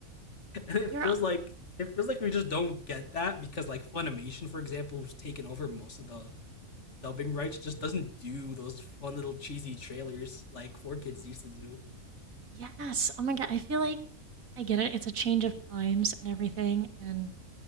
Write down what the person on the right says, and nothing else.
You're
yes. Oh my god, I feel like I get it. It's a change of times and everything, and